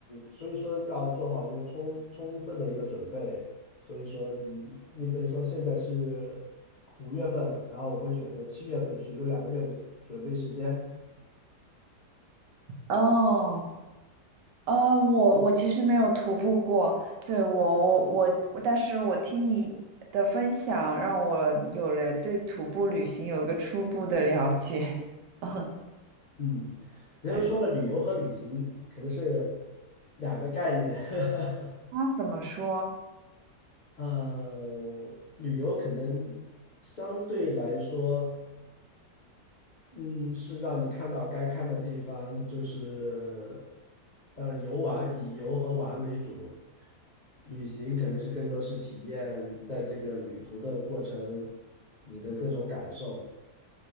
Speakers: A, on the left; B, on the right.
A: 所以说要做好这个充充分的一个准备。所以说你，因为说现在是五月份，然后我会选择七月份去，有两个月的准备时间。
B: 哦，呃，我我其实没有徒步过，对，我我我，但是我听你的分享，让我有了对徒步旅行有一个初步的了解。<laughs>
A: 嗯，人家说了，
B: 对。
A: 旅游和旅行可能是两个概念。<laughs>
B: 啊，怎么说？
A: 呃，旅游可能相对来说。嗯，是让你看到该看的地方，就是呃游玩，以游和玩为主。旅行可能是更多是体验在这个旅途的过程，你的各种感受